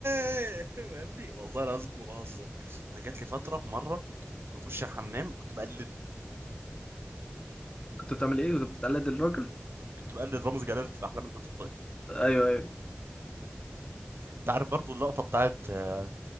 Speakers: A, on the right; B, on the left.
A: فاهمني <laughs> والله العظيم ما بهزر انا جات لي فتره في مره كنت بخش الحمام كنت بقلد
B: كنت بتعمل إيه كنت بتقلد الراجل
A: كنت بقلد رامز جلال في احلام البنت الطايش
B: أيوه أيوه
A: انت عارف برضو اللقطه بتاعت آه،